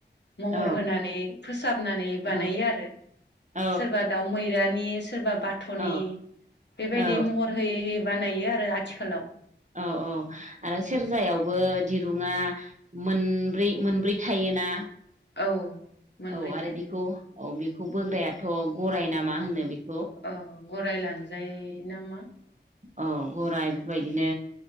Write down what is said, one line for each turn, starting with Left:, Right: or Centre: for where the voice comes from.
Left: महर
Right: औ
Left: होनानै फोसाबनानै बानायो
Right: औ
Left: आरो
Right: औ
Left: सोरबा दाउ मैरानि सोरबा बाथनि
Right: औ
Left: बेबायदि
Right: औ
Left: महर होयै-होयै बानायो आरो आथिखालाव।
Right: औ औ आरो सेरजायावबो दिरुङा मोनब्रै-मोनब्रै थायोना
Left: औ मोनब्रै
Right: औ आरो
Left: थायो
Right: बेखौ औ बे खौ बोग्रायाथ गराय नामा होनो बे
Left: औ गराय लानजाय नामा।
Right: ओ गराय बेफोरबायदिनो